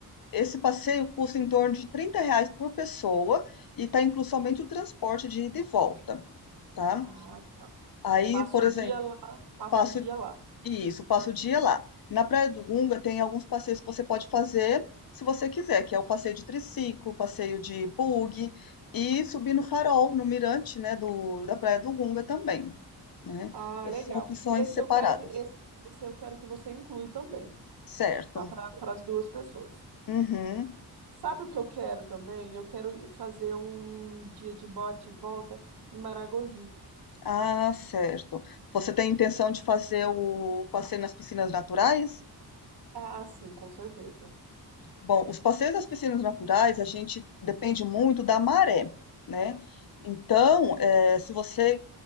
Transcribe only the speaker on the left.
esse passeio custa em torno de 30 reais por pessoa e está incluso somente o transporte de ida e volta, tá?
Aí,
por
exemplo,
passa
isso, passa o dia lá. Na Praia do Gunga tem alguns passeios que você pode fazer se você quiser, que é o passeio de triciclo, passeio de buggy e subir no farol, no mirante, né, do, da Praia do Gunga também, né?
Essas
são opções
separadas.
Certo.
Uhum.
Ah, certo. Você tem intenção de fazer o passeio nas piscinas naturais?
Bom, os passeios das piscinas naturais, a gente depende muito da maré, né? Então, eh, se você